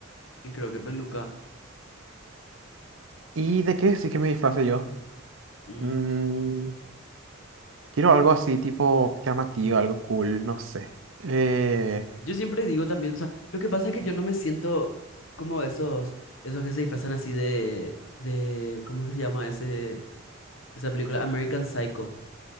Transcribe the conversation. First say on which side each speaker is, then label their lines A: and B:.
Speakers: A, on the left; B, on the right.
A: y creo que peluca.
B: ¿Y de qué sí que me disfrace yo?
A: Mm.
B: Mm,
A: mm.
B: quiero algo así, tipo llamativo, algo cool, no sé. Eh,
A: Yo siempre digo también, o sea, lo que pasa es que yo no me siento como esos, esos que se disfrazan así de, de, ¿cómo es que se llama ese, esa película? American Psycho.